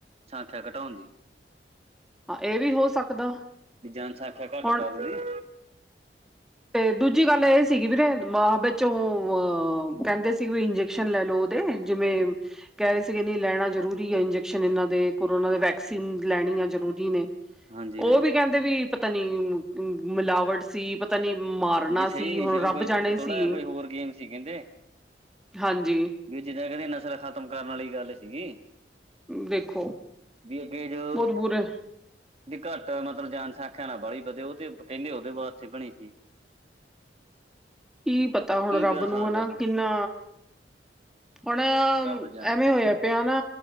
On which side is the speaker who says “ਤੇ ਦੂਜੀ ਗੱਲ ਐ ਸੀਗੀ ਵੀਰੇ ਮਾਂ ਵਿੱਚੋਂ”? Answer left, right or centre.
Centre